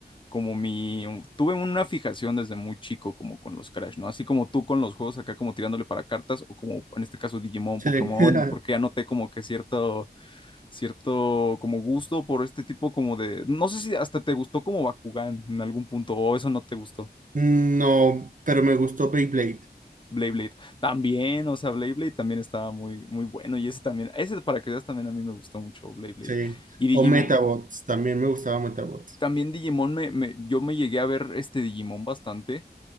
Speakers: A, on the left (about 30°); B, on the right (about 50°).
A: como mi, un- tuve una fijación desde muy chico como con los Crash, ¿no? Así como tú con los juegos acá como tirándole para cartas o como en este caso Digimon,
B: sí.
A: Pokémon,
B: <laughs>
A: porque ya noté como que cierto, cierto como gusto por este tipo como de, no sé si hasta te gustó como Bakugan en algún punto o eso no te gustó.
B: No, pero me gustó Beyblade.
A: Blade Blade. También, o sea, Blade Blade también estaba muy, muy bueno. Y ese también, ese para que veas también a mí me gustó mucho Blade Blade.
B: Sí.
A: Y Digimon,
B: O Metabots, también me gustaba Metabots.
A: también Digimon, me, me- yo me llegué a ver este Digimon bastante,